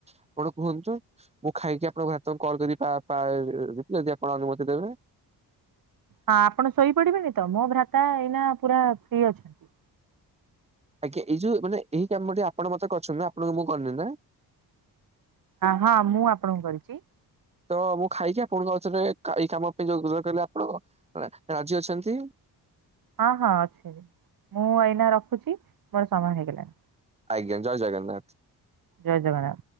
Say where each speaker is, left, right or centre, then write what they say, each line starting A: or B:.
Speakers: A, on the right; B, on the right.
A: ଆପଣ କୁହନ୍ତୁ ମୁଁ ଖାଇକି ଆପଣଙ୍କାତ କଲ କରିବା। ଯଦି ଆପଣ ଅନୁମତି ଦେବେ
B: ହଁ ଆପଣ ଶୋଇପଡିବେନି ତ ମୋ ଭ୍ରାତା ଏଇନା ପୁରା ଫି ଅଛନ୍ତି।
A: ଆଜ୍ଞା ଏଇ ଯୋଉ ମାନେ ଏଇ କାମ ଟିକେ ଆପଣ ମତେ କରିଛନ୍ତି ନା ଆପଣଙ୍କୁ ମୁଁ କରିନି ନା।
B: ହଁ ମୁଁ ଆପଣଙ୍କୁ କରିଛି।
A: ତ ମୁଁ ଖାଇକି ଆପଣଙ୍କ ଅଛରେ ଏଇ କାମ ପାଇଁ ଯୋ ରୋଜାର କିଲେ ଆପଣ ରାଜି ଅଛନ୍ତି।
B: ହଁ ହଁ ଅଛି ମୁଁ ଏଇନା ରଖୁଛି ମୋର ସମୟ ହେଇଗଲାଣି।
A: ଆଜ୍ଞା ଜୟ ଜଗନ୍ନାଥ
B: ଜୟ ଜଗନ୍ନାଥ।